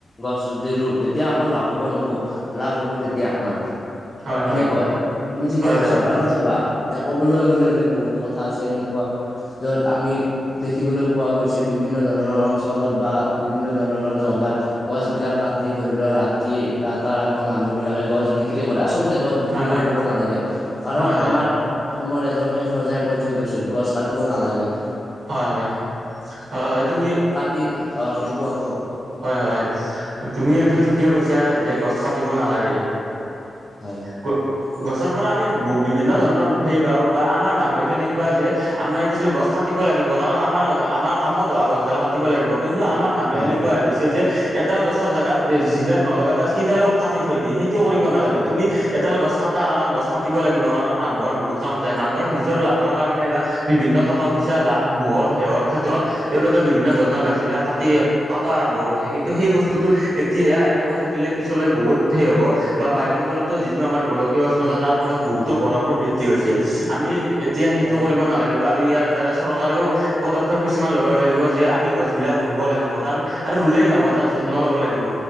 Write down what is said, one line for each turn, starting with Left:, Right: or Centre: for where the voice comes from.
Left: গছ যদি ৰু তেতিয়া আমাৰ লাভৱান হ'ব, লাভ হ'ব তেতিয়া আমাৰ।
Right: হয়
Left: সেনেকুৱাত,
Right: হয়
Left: তুমি ঠিকে
Right: হয়
Left: কৈছা
Right: হয়
Left: কাৰণ চাবা এতিয়া ক'বলৈ গ'লে বোলে বহুত কথা আছে এনেকুৱা য'ত আমি দেখিবলৈ পোৱা গৈছে বিভিন্ন ধৰণৰ অঞ্চ তলত বা বিভিন্ন ধৰণৰ জগাত গছবিলাক কাটি ধৰি লোৱা ৰাতি ৰাতা ৰাতি মানুহবিলাকে গছ বিক্ৰী কৰে, আচলতে গছ বিক্ৰী
Right: হয় হয়
Left: কৰিব নালাগে কাৰণ
Right: হয় হয়
Left: আমাৰ অ অসমৰ এজন শেষ ৰজাই কৈ থৈ গৈছিল গছ কাটিব নালাগে।
Right: হয় হয়, হয় হয় তুমি
Left: কি অ দেখো আ কোৱা কোৱা?
Right: হয় হয়, তুমি এইটো ঠিকেই কৈছা যে গছ কাটিব নালাগে।
Left: হয়
Right: গ গছৰ পৰা আমি বহু বিভিন্ন ধৰণৰ হেৰি পাও বা আমাৰ মানুহে কেনেকুৱা যে আমাৰ কি আছিলে গছ কাট টিব লাগিব কাৰণ আমাৰ আমাৰ কামত অ গছডাল কাটিব লাগিব কিন্তু আমাৰ মানুহে
Left: হয়
Right: এনেকুৱা হৈ গৈছে যে এডাল গছৰ জেগাত যিডাল নলগা গছ সেইডালো কাটি থৈ দিয়ে সেইটোও কৰিব নালাগে
Left: হয়
Right: তুমি এডাল গছ কা টা কাৰণ গছ কাটিব লাগিব কাৰণ মানুহৰ বহুত কাম উদায়, মানুহৰ নিজৰ লাভৰ কাৰণে বা বিভিন্ন টকা - পইচা লাভ মহৰ, শেৱৰ ক্ষেত্ৰত তেওঁলোকে বিভিন্ন ধৰণৰ গাছবিলাক কাটি কাটা আৰম্ভ কৰিছে কিন্তু সেই বস্তুটো এতিয়া এনেকৈ থাকিলে পিছলৈ বহুত সেই হব বা বায়ুমণ্ডলতো যিটো আমাৰ গোলকীয় উষ্ণতা তাৰ ফলত বহুতো গৰমৰ বৃদ্ধি হৈছে। আমি এ তিয়া সেইটো
Left: হয়
Right: কৰিব নালা কিবা আৰু ইয়াৰ দ্বাৰা চৰকাৰেও পদক্ষেপ কিছুমান ল'ব লাগিব যে আমি গছবিলাক ৰুব লাগিব। কাৰণ আৰু ৰুলেই নহব, তাৰ যত্ন ল'ব লাগিব।